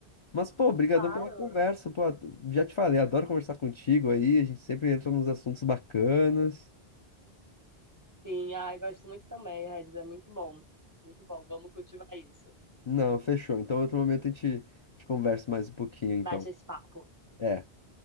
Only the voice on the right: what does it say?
Claro.
Sim, ai, gosto muito também, Regis. É muito bom. Muito bom. Vamos cultivar isso.
Bate esse papo.